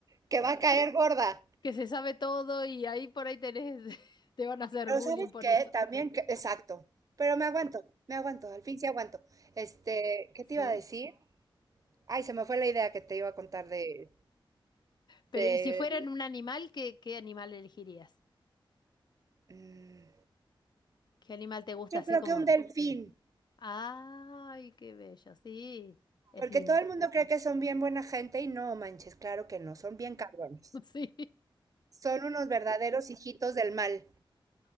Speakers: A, on the right; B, on the left.
A: que va a caer gorda.
B: que se sabe todo y ahí por ahí tenés, <laughs> te van a hacer
A: Pero
B: bullying
A: ¿sabes
B: por
A: qué?
B: eso.
A: También, que- exacto, pero me aguanto, me aguanto, al fin sí aguanto. Este, ¿qué
B: Sí.
A: te iba a decir? Ay, se me fue la idea que te iba a contar de,
B: Pero,
A: de,
B: ¿y si fueran un animal, qué, qué animal elegirías?
A: mm,
B: ¿Qué animal te gusta
A: yo
B: así
A: creo
B: como?
A: que un delfín,
B: Ay, qué bello, sí, es
A: porque
B: lindo.
A: todo el mundo cree que son bien buena gente y no manches, claro que no, son bien cabrones.
B: <laughs> Sí,
A: Son unos verdaderos hijitos del mal.